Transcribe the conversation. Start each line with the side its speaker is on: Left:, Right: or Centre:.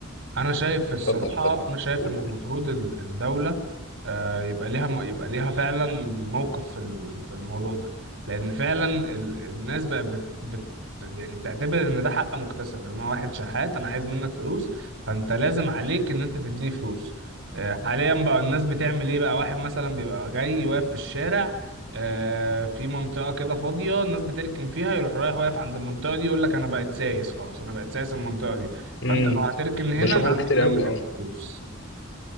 Right: انا شايف الصراحه
Left: اتفضل اتفضل
Right: انا شايف
Left: قول
Right: ان
Left: قول
Right: المفروض ال- الدوله آه، يبقى ليها يبقى ليها فعلا موقف في ال- في الموضوع ده لان فعلا ال- الناس بقى بت بت يعني بتعتبر ان ده حق مكتسب ان انا واحد شحات انا عايز منك فلوس فانت لازم عليك ان انت تديني فلوس آه، حاليا بقى الناس بتعمل ايه بقى واحد مثلا بيبقى جاي واقف في الشارع آه، في منطقة كده فاضية الناس بتركن فيها يروح رايح واقف عند المنطقة دي يقول لك انا بقيت سايس خلاص انا بقيت سايس المنطقة دي
Left: امم
Right: فانت لو هتركن هنا
Left: بشوفهم
Right: انا هاخد
Left: كتير قوي
Right: منك
Left: اه
Right: الفلوس